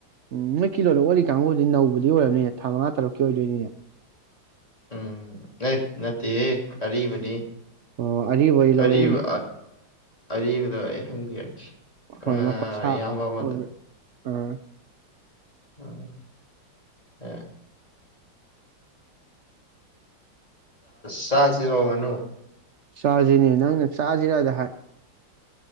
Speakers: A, on the right (about 85°); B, on the left (about 20°).
A: ꯎꯝ ꯃꯣꯏ ꯀꯤꯂꯣꯗ ꯑꯣꯏ ꯀꯥꯡꯕꯨꯗꯤ ꯅꯧꯕꯗꯤ ꯑꯣꯏꯔꯕꯅꯤꯅꯦ ꯊꯥ ꯃꯉꯥ ꯇꯔꯨꯛꯀꯤ ꯑꯣꯏꯗꯣꯏꯅꯤꯅꯦ
B: ꯎꯝ ꯑꯦ ꯅꯠꯇꯦꯍꯦ ꯑꯔꯤꯕꯅꯤ
A: ꯑꯣ ꯑꯔꯤꯕ ꯑꯣꯏꯗꯤ ꯂꯧꯔꯛꯑꯣꯅꯦ
B: ꯑꯔꯤꯕ ꯑꯔꯤꯕꯗꯣ ꯑꯩ ꯍꯪꯕꯤꯔꯛꯀꯦ
A: ꯍꯣꯏ
B: ꯑꯥ
A: ꯃꯈꯣꯏꯁꯥ
B: ꯏꯌꯥꯝꯕ
A: <unintelligible>
B: ꯑꯃꯗ
A: ꯑꯣꯏ ꯑꯥ
B: ꯑ ꯑ <unintelligible> ꯁꯥꯁꯤ ꯋꯥ ꯋꯥꯅꯣ
A: ꯆꯥꯁꯤꯅꯦ ꯅꯪꯅ ꯆꯥꯁꯤꯔꯗ ꯍꯥꯏ